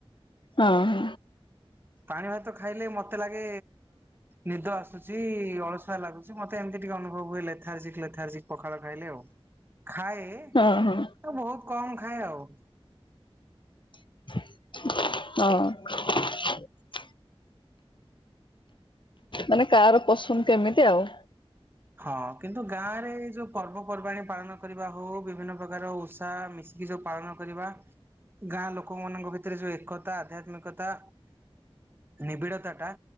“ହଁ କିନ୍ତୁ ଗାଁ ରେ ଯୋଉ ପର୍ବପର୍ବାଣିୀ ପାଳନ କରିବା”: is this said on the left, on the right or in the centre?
Right